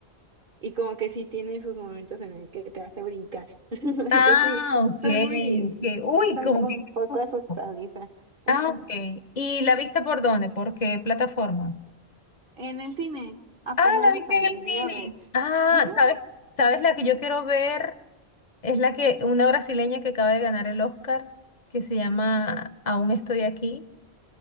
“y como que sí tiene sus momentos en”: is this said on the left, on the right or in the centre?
Right